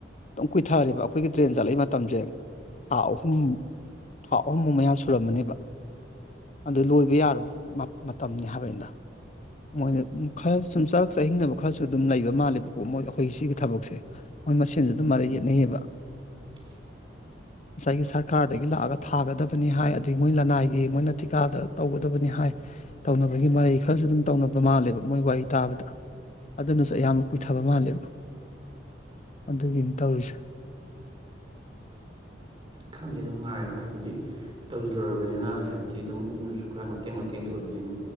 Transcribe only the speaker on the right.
ꯎꯝ
<inaudible>
ꯈꯪꯗꯦ ꯑꯗꯨꯝ ꯉꯥꯏꯔꯣ ꯍꯥꯏꯕꯗꯤ ꯇꯧꯁꯤꯜꯂꯨꯔꯕꯅꯤꯅ ꯍꯥꯏꯕꯗꯤ ꯑꯗꯨꯝ ꯑꯗꯨꯅꯁꯨ ꯈꯔ ꯃꯇꯦꯡ ꯃꯇꯦꯡꯗꯤ ꯑꯣꯏꯅꯔꯝꯃꯤ